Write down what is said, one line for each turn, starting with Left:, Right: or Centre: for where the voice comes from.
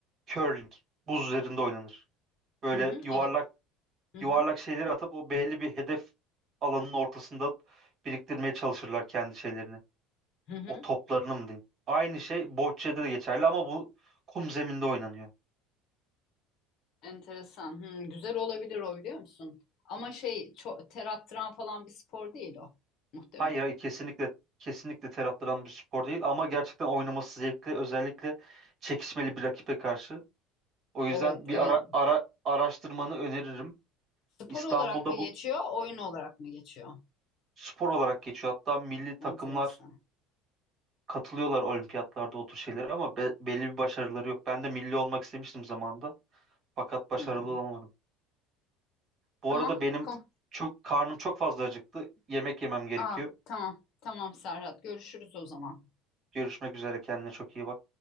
Right: Curling. Buz üzerinde oynanır. Böyle
Left: Hı hı,
Right: yuvarlak
Left: evet. Hı
Right: yuvarlak
Left: hı,
Right: şeyleri atıp o belli bir hedef alanının ortasında biriktirmeye çalışırlar kendi şeylerini.
Left: hı hı.
Right: O toplarını mı diyeyim? Aynı şey bocce'de de geçerli ama bu kum zeminde oynanıyor.
Left: Enteresan. Hı, güzel olabilir o biliyor musun? Ama şey çok ter attıran falan bir spor değil o muhtemelen.
Right: Hayır, hayır kesinlikle kesinlikle ter attıran bir spor değil ama gerçekten oynaması zevkli özellikle çekişmeli bir rakibe karşı. O
Left: Evet,
Right: yüzden bir
Left: evet.
Right: ara, ara araştırmanı öneririm.
Left: Spor
Right: İstanbul'da
Left: olarak mı geçiyor,
Right: bu
Left: oyun olarak mı geçiyor?
Right: spor olarak geçiyor. Hatta milli takımlar
Left: Enteresan.
Right: katılıyorlar olimpiyatlarda o tür şeylere ama be- belli bir başarıları yok. Ben de milli olmak istemiştim zamanında fakat başarılı
Left: Hı.
Right: olamadım. Bu
Left: Tamam.
Right: arada benim
Left: Kom.
Right: çok karnım çok fazla acıktı. Yemek yemem gerekiyor.
Left: Aa, tamam. Tamam Serhat. Görüşürüz o zaman.
Right: Görüşmek üzere kendine çok iyi bak.